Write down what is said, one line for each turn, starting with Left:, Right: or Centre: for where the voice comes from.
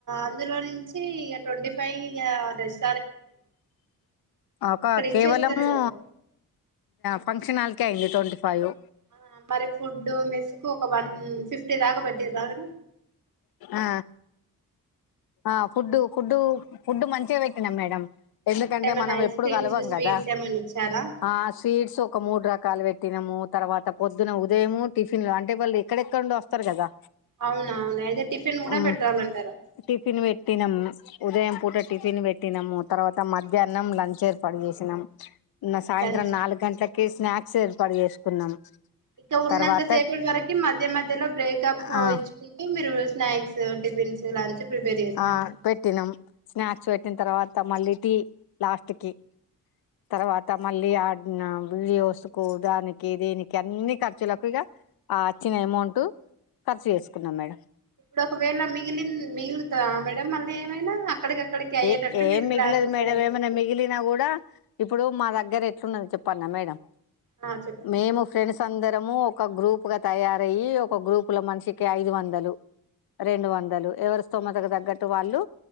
Right: అందులో నుంచి ఇగా ట్వంటీ ఫైవ్ ఇగా ఆస్
Left: ఒకా
Right: అక్కడ ఇచ్చేస్తారు
Left: కేవలము
Right: కదా
Left: ఫంక్షననాల్ కేెండి ట్వంటీ ఫైవు
Right: ఆ మరి ఫుడ్డు మెస్ కు ఒక వన్ ఫిఫ్టీ దాకా పెట్టిది రాద
Left: ఆ ఆ ఫుడ్డు ఫుడ్డు ఫుడ్డు మంచిగా పెట్టినం మేడం ఎందుకంటే
Right: అంటే ఏమన్నా
Left: మనం
Right: ఐస్
Left: ఎప్పుడు
Right: క్రీమ్స్
Left: కలవం
Right: స్వీట్స్
Left: గదా
Right: ఏమన్నా ఇచ్చారా
Left: ఆ స్వీట్స్ ఒక మూడు రకాలు పెట్ తినము తర్వాత పొద్దున ఉదయము టిఫిన్లు అంటే వాళ్ళు ఎక్కడెక్కడి నుండి వస్తరు గదా
Right: అవునవును అయితే టిఫిన్ కూడా
Left: ఆ
Right: పెట్టాలంటారు
Left: టిఫిన్ పెట్టి నమ్ ఉదయం పూట టిఫిన్ పెట్టినాము తర్వాత మధ్యాహ్నం లంచ్ ఏర్పాటు చేసినము సాయంత్రం
Right: లంచ్
Left: నాలుగు గంట్లకి స్నాక్స్ ఏర్పాటు చేసుకున్నాం
Right: ఇక ఉన్నంత
Left: తర్వాత
Right: సేపటి వరకు మధ్య మధ్యలో బ్రేకపు
Left: ఆ
Right: ఇచ్చుకుంటూ మీరు స్నాక్స్ టిఫిన్స్ లంచ్ ప్రిపేర్ చేశాను
Left: ఆ పెట్టినాం స్నాక్స్ పెట్టిన తర్వాత మళ్ళీ దీ లాస్ట్కి తర్వాత మళ్ళీ ఆడ్ నా వ్యూసుకు దానికి దేనికి అన్ని ఖర్చులకు ఇగ ఆ అచ్చిన అమౌంట్ ఖర్చు చేసుకున్నాం మేడం
Right: ఇప్పుడు ఒకవేళ మిగిలిన్ మిగులుతదా మేడం మళ్ళీ ఏమైనా అక్కడికక్కడికి అయ్యేటట్టు
Left: ఏ ఏం
Right: మీరు
Left: మిగులదు
Right: ప్లాన్ చేశారా
Left: మేడం ఏమన్న మిగిలినా గూడా ఇప్పుడు మా దగ్గర ఎట్లున్నదో చెప్పన్న మేడం
Right: ఆ చెప్పండి
Left: మేము ఫ్రెండ్స్ అందర్ ము ఒక గ్రూప్ గా తయారయి ఒక గ్రూపు లో మనిషికి ఐదు వందలు రెండు వందలు ఎవరి స్తోమతకు తగ్గట్టు వాళ్ళు